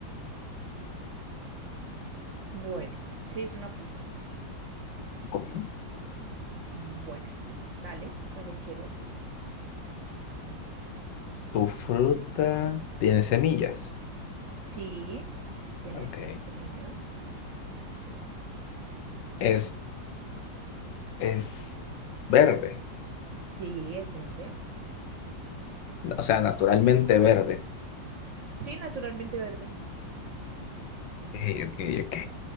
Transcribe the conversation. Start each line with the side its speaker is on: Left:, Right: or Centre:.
Right: Bueno, sí, es una fruta.
Left: Bueno,
Right: Mm, Bueno, dale, cuando quieras.
Left: tu fruta tiene semillas.
Right: Sí, tiene
Left: Ok.
Right: semilla.
Left: Es, es verde.
Right: Sí, es verde.
Left: O sea, naturalmente verde.
Right: Sí, naturalmente verde.
Left: Ok, ok, ok.